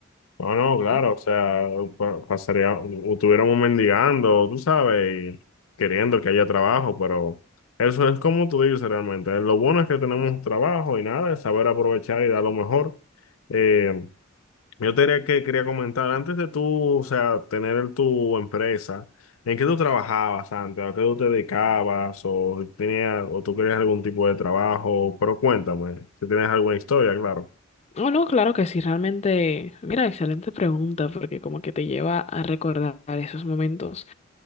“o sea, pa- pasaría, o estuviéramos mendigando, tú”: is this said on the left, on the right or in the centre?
Left